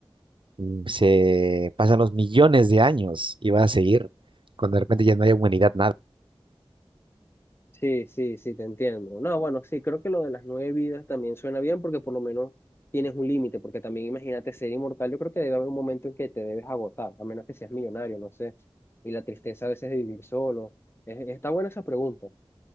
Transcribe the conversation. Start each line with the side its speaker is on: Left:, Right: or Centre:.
Right: mm, se pasan los millones de años y va a seguir cuando de repente ya no haya humanidad, nada.
Left: Sí, sí, sí, te entiendo. No, bueno, sí, creo que lo de las nueve vidas también suena bien porque por lo menos tienes un límite, porque también imagínate ser inmortal, yo creo que debe haber un momento en que te debes agotar, a menos que seas millonario, no sé, y la tristeza a veces de vivir solo. Es- está buena esa pregunta,